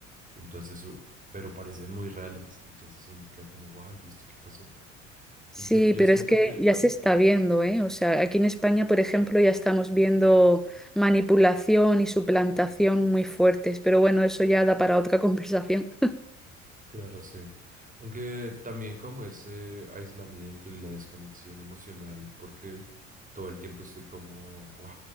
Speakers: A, on the right (about 20°); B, in the centre.
A: entonces, u- pero parecen muy reales, entonces uno queda como, guay, ¿esto qué pasó?
B: sí,
A: Y yo, yo
B: pero
A: siento
B: es que
A: que,
B: ya
A: ujú.
B: se está viendo, ¿eh? O sea, aquí en España, por ejemplo, ya estamos viendo manipulación y suplantación muy fuertes, pero bueno, eso ya da para otra <laughs> conversación.
A: Claro, sí. Aunque también como ese aislamiento y la desconexión emocional, porque todo el tiempo estoy como, wow,